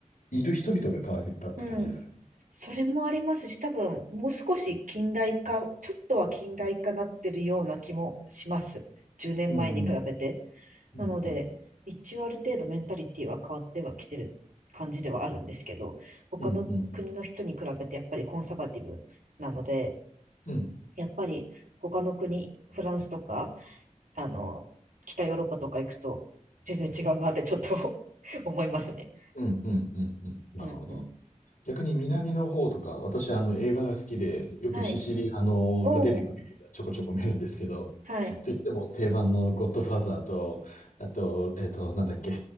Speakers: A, on the left (about 90°); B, on the right (about 80°).
A: いる人々が変わったって感じですかね。
B: うん。それもありますし、多分、もう少し近代化、ちょっとは近代化なってるような気もします。10年前に比べて。
A: うん、うん、
B: なので、
A: うん、
B: 一応ある程度メンタリティは変わってはきてる感じではあるんですけど、他の国の人に比べてやっぱりコンサバティブなので、
A: うん、うん、うん、うん、
B: やっぱり他の国、フランスとか、あの、北ヨーロッパとか行くと全然違うなってちょっと <laughs> 思いますね。
A: うん、うん、うん、なるほど。
B: うんうん。
A: 逆に南の方とか、私、あの、映画が好きで、よくシシリアのが出てくる映画ちょこちょこ見るんですけど、
B: はい。おん。はい。
A: といっても定番のゴッドファーザーと、あと、えっと、なんだっけ、